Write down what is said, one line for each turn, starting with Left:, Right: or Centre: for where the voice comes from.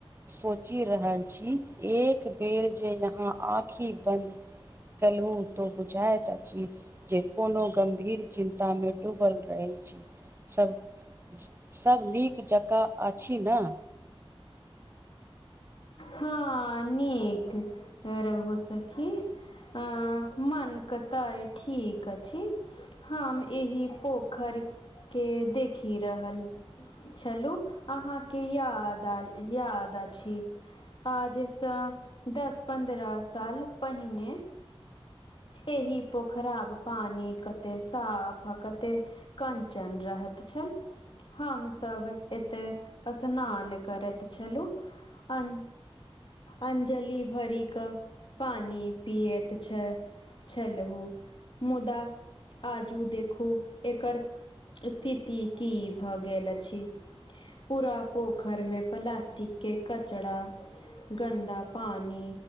Right: सोचि रहल छी, एक बेर जे यहाँ आँखि बन्द कलू तो बुझाइत जे कोनो गम्भीर चिन्तामे डूबल रहैत छी, सभ सब नीक जकाँ अछि ने।
Left: हँ नीक रहू, सखी! अ मन कतइ ठीक अछि। हम एहि पोखरि के देखि रहल। चलू अहाँके याद याद अछि। आ सँ दस पन्द्रह साल पहिने एहिह पोखराब पानी कते साफ, कते कञ्चन रहैत छल। हमसभ एते स्नान करैत छलु। अन अंजलि भर क पानि पियत छै छलहु, मुदा आजू देखू एकर स्थिति की भऽ गेल अछि। पूरा पोखरि मे प्लास्टिक के कचड़ा। गन्दा पानि!